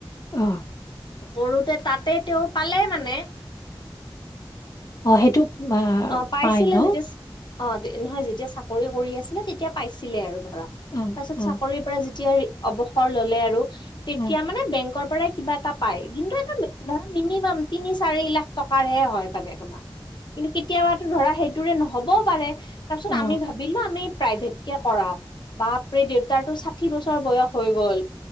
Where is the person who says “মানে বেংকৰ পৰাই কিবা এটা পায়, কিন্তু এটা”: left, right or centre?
Left